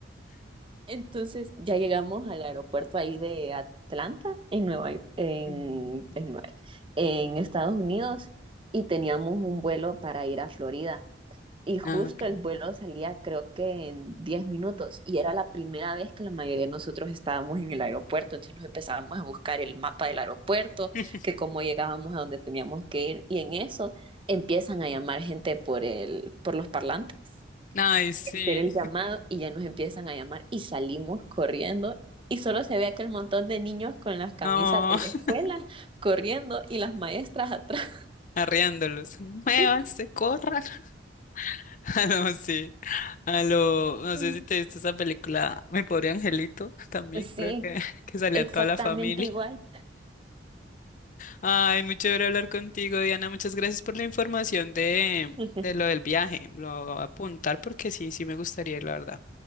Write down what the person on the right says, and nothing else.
Entonces ya llegamos al aeropuerto ahí de Atlanta, en Nueva, York, en,
en, en Estados Unidos, y teníamos un vuelo para ir a Florida. y justo
el vuelo salía creo que en 10 minutos y era la primera vez que la mayoría de nosotros estábamos en el aeropuerto, entonces nos empezábamos a buscar el mapa del aeropuerto,
que cómo llegábamos a donde teníamos que ir y en eso empiezan a llamar gente por el por los parlantes
y hacer el llamado y ya nos empiezan a llamar y salimos corriendo y solo se ve aquel montón de niños con las camisas
de la escuela
corriendo y las maestras atrás.
<laughs>
Sí,
sí
exactamente
igual.
<laughs>